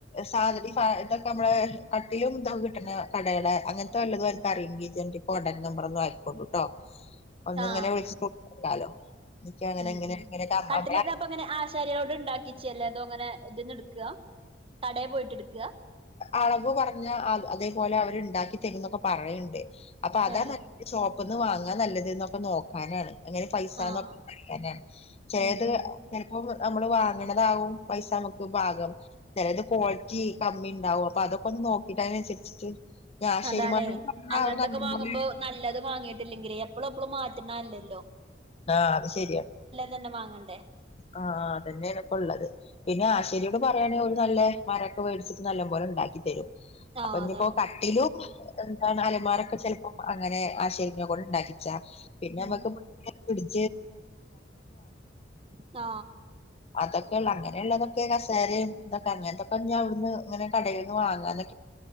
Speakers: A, on the left; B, on the right.
A: സാധനഈ ഇതൊക്കെ നമ്മുടെ കട്ടിലും ഇതൊക്കെ കിട്ടണ കട അങ്ങനത്തെ വല്ലതും അനക്ക് അറിയങ്കി ഇജ്ജ് അയിന്റെ കോൺണ്ടാക്ട് നമ്പർ ഒന്ന് ആയിക്കോണ്ടുട്ടോ. ഒന്ന്
B: ആഹ്
A: ഇങ്ങനെ വിളിച്ച് നോക്കാലോ എനിക്ക്‌ അങ്ങനെ
B: ഉം
A: ഇങ്ങനെ.
B: ഉം
A: ഇങ്ങനെ നമ്മളെ
B: കട്ടിലൊക്കെ അപ്പൊ ഇങ്ങനെ ആശാരികളോട് ഇണ്ടാക്കിച്ചല്ലേ. അതോ ങ്ങനെ ഇതിന്ന് ഇടുക്കാ കടയൽ പോയിട്ട് ഇടുക്കാ.
A: അളവ് പറഞ്ഞ അതേപോലെ അവര്ണ്ടാക്കി തരുന്നൊക്കെ പറയ്ണ്ട്. അപ്പൊ അതാ
B: ഏ
A: നല്ലത് ഷോപ്പ് നിന്ന് വാങ്ങാ നല്ലത് ന്നൊക്കെ നോക്കാനാണ്. എങ്ങനെ പൈസന്നൊക്കെ
B: ആഹ്
A: അറിയാനാണ് ചെലേത്
B: ഉം ഉം
A: ചെലപ്പോ നമ്മള് വാങ്ങണതാകും പൈസ നമുക്ക് പാകം ചേലേത് ക്വാളിറ്റി കമ്മി ഉണ്ടാവും അപ്പൊ അതൊക്കെ ഒന്ന് നോക്കിട്ട് അതിനനുസരിച്ചിട്ട് ഞാൻ
B: അതാണേ
A: ശരിമാനോട് പറഞ്ഞാ
B: അങ്ങനത്തൊക്കെ
A: അവര് നല്ലപോലെ
B: വാങ്ങുമ്പോ നല്ലത് വാങ്ങിട്ടില്ലെങ്കിലേ എപ്പളും എപ്പളും മാറ്റണ അല്ലല്ലോ.
A: ആ അത് ശരിയാ.
B: ന്നെ വാങ്ങണ്ടേ.
A: ആ അതന്നെയാണ് ഇപ്പള്ളത് പിന്നെ ആശ്ശേരിയോട് പറയയാണെൽ ഓല് നല്ല മരമൊക്കെ മേടിച്ചി നല്ല ഓലുണ്ടാക്കി തരും
B: ആഹ്
A: അപ്പോ ഇഞ്
B: അതാ
A: ഇപ്പോ കടട്ടിലും എന്താണ് അലമാരക്കെ ചെലപ്പോ അങ്ങനെ ആശാരിനെ കൊണ്ട് ഇണ്ടാക്കിച്ച പിന്നെ
B: ഉം
A: നമുക്ക് ഫ്രിഡ്
B: ആ
A: അതൊക്കെയ ഉള്ള അങ്ങനെയുള്ളതൊക്കെ കസേരയും ഇതൊക്കെ അങ്ങനത്തൊക്കെ ഇഞ് അവിടുന്ന് ഇങ്ങനെ കടേന്ന് വാങ്ങാന്ന